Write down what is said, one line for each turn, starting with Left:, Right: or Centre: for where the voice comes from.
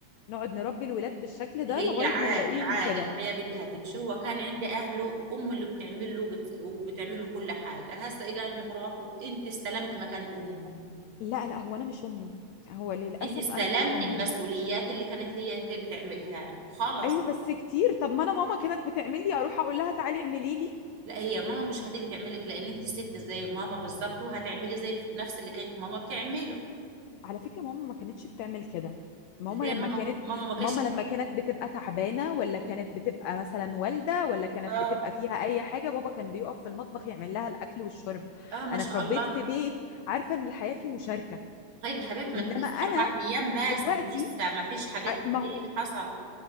Left: نقعد نربي الولاد بالشكل ده
Right: هي
Left: لغاية
Right: عادي
Left: ما نلاقيهم
Right: عادي
Left: كده
Right: الحياة بدها تمشي هو كان عند أهله أمه اللي بتعمل له وبت... وبتعمل له كل حاجة هسه إجا عند مراته أنت استلمت مكان أمه
Left: لا لا هو انا مش امه هو للأسف
Right: أنت استلمت
Left: انا مش امه
Right: المسؤوليات اللي كانت هي كانت بتعملها له خلاص
Left: ايوه بس كتير طب ما انا ماما كانت بتعمل لي اروح اقول لها تعالي اعملي لي
Right: لا هي ماما مش هتيجي تعملك لان انت ست زي ماما بالظبط وهتعملي زي ف- نفس اللي كانت ماما بتعمله
Left: على فكرة ماما ما كانتش بتعمل كده ماما
Right: زي ماما
Left: لما كانت
Right: ماما ما كانتش
Left: ماما
Right: بت-
Left: لما كانت بتبقى تعبانة ولا كانت بتبقى مثلا والدة ولا كانت
Right: اه
Left: بتبقى فيها اي حاجة بابا كان بيقف في المطبخ يعمل لها الاكل والشرب
Right: اه ما
Left: انا
Right: شاء
Left: اتربيت
Right: الله
Left: في بيت عارفة ان الحياة فيه مشاركة
Right: طيب يا حبيبتي ما
Left: انما
Right: انت لسه
Left: انا
Right: اربع ايام بس
Left: دلوقتي
Right: انت لسه ما فيش حاجات
Left: أ- ما
Right: من دي
Left: هو
Right: اللي حصل